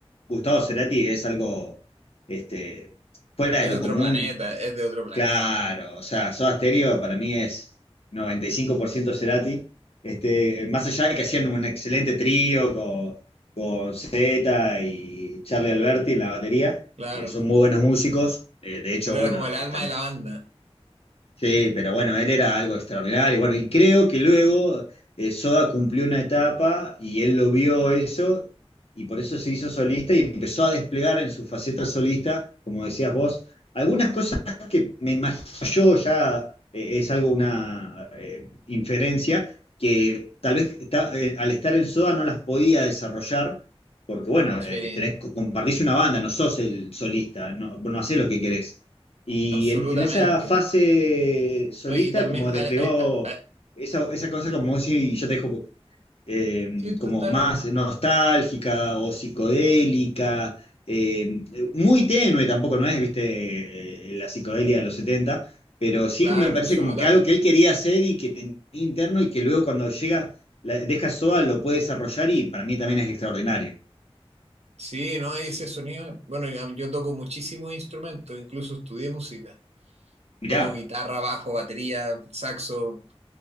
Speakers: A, on the left (about 65°); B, on the right (about 80°).
A: Gustavo Cerati es algo, este, fuera
B: Es
A: de lo
B: de otro
A: común,
B: planeta,
A: eh,
B: es de otro planeta.
A: claro, o sea, Soda Stereo para mí es 95% Cerati. Este, más allá de que hacían un excelente trío con, con Zeta y Charlie Alberti en la batería.
B: Claro.
A: Eh, son muy buenos músicos. Eh, de hecho,
B: Pero
A: bueno,
B: era como el
A: eh,
B: alma
A: tam-
B: de la banda.
A: Sí, pero bueno, él era algo extraordinario. Bueno, y creo que luego eh, Soda cumplió una etapa y él lo vio eso y por eso se hizo solista y empezó a desplegar en su faceta solista, como decías vos, algunas cosas que me imagino yo ya eh, es algo, una eh, inferencia, que tal vez está- eh, al estar en Soda no las podía desarrollar. Porque bueno,
B: Sí,
A: eh, tenés, compartís una banda, no sos el solista, no, no hacés lo que querés. Y
B: absolutamente.
A: en, en esa fase solista,
B: ¿No? Y también
A: como desplegó
B: hay, hay- hay-
A: esa, esa cosa, como si yo te dejo eh,
B: sí,
A: como
B: tú dale
A: más
B: nomás.
A: nostálgica o psicodélica, eh, muy tenue tampoco, no es, viste, eh, la psicodelia de los 70 pero sí
B: Claro,
A: me parece
B: absolutamente.
A: como que algo que él quería hacer y que tenía interno y que luego cuando llega, la, deja Soda, lo puede desarrollar y para mí también es extraordinario.
B: Sí, ¿no? Y ese sonido. Bueno, yo, yo toco muchísimos instrumentos, incluso estudié música.
A: Mirá.
B: Toco guitarra, bajo, batería, saxo.